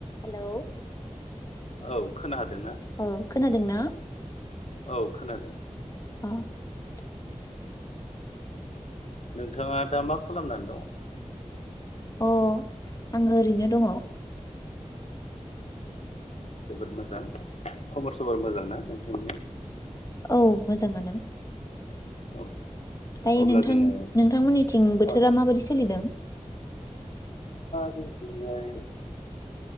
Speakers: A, on the left (about 30°); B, on the left (about 65°).
A: Hello
B: औ खोनादोंना
A: औ खोनादोंना?
B: औ खोनादों।
A: <unintelligible>
B: नोंथांङा दा मा खालामनानै दङ?
A: अ आंङो ओरैनो दङ।
B: जोबोद मोजां खबर सबर मोजां ना नोंथांनिया?
A: औ मोजांङानो।
B: औ
A: दायो
B: अब्ला
A: नोंथां
B: जोङो
A: नोंथांमोननिथिं बोथोरा
B: ओ
A: माबादि सोलिदों?
B: जोंनिथिंजाय